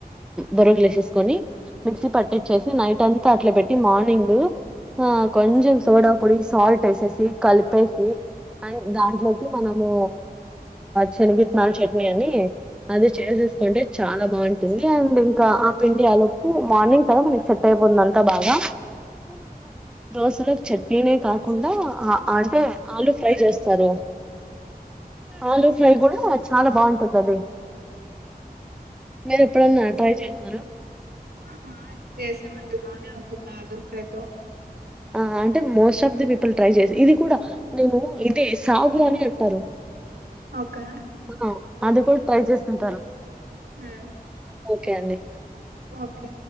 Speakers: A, in the centre; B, on the right.
A: బొరగులు వేసేసుకొని మిక్సీ పట్టిచ్చేసి నైట్ అంతా అట్లా పెట్టి మార్నింగ్ కొంచెం సోడా పొడి సాల్ట్ వేసేసి కలిపేసి అండ్ దాంట్లోకి మనము శనగిత్తనాలు చట్నీ అని అది చేసేసుకుంటే చాలా బాగుంటుంది అండ్ ఇంకా ఆ పిండి ఆలుప్పు మార్నింగ్ కదా మనకి సట్ అయిపోతుంది అంతా బాగా మనము దోశలో చట్నీనే కాకుండా అంటే ఆలుూ ఫ్రై చేస్తారు ఆలుూ ఫ్రై కూడా చాలా బాగుంటుంది అది మీరు ఇప్పుడున్న ట్రై చేసిన
B: ఆ, చేసామండి బాగానే ఉంటుంది ఆలపేతో
A: ఆ అంటే most of the people try చేసి ఇది కూడా నేను ఇది సాగు అని అంటారు
B: ఓకే
A: ఆ అది కూడా ట్రై చేస్తుంటారు
B: ఆ,
A: ఓకే అండి
B: ఓకే